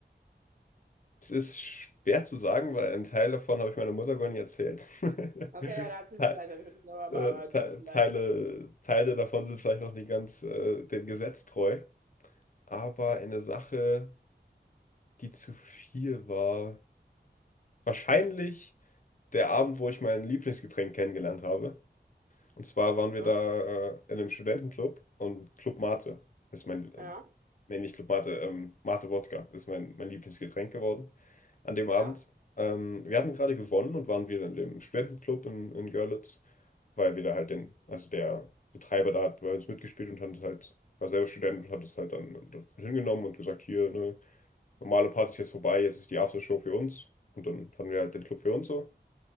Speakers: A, on the left; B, on the right.
A: es ist schwer zu sagen, weil ein Teil davon habe ich meiner Mutter gar nicht erzählt. <laughs>
B: Okay, ja, da hat sie
A: Te-
B: es vielleicht ja nicht mitgekriegt, aber,
A: äh,
B: aber du
A: Te-
B: vielleicht
A: Teile,
B: kannst es wissen,
A: Teile davon sind vielleicht noch nicht ganz äh, dem Gesetz treu. Aber eine Sache, die zu viel war, wahrscheinlich der Abend, wo ich mein Lieblingsgetränk kennengelernt habe. Und zwar
B: was
A: waren
B: ist.
A: wir da äh, in einem Studentenclub und Club Mate ist mein äh,
B: Ja,
A: Nee, nicht Club Mate, ähm, Mate Wodka ist mein, mein Lieblingsgetränk geworden an dem
B: ja.
A: Abend. Ähm, wir hatten gerade gewonnen und waren wieder in dem Spätclub in, in Görlitz, weil wir da halt den, also der Betreiber da hat bei uns mitgespielt und hat es halt, war selber Student und hat es halt dann das hingenommen und gesagt, hier, ne, normale Party ist jetzt vorbei, jetzt ist die Aftershow für uns. Und dann hatten wir halt den Club für uns so.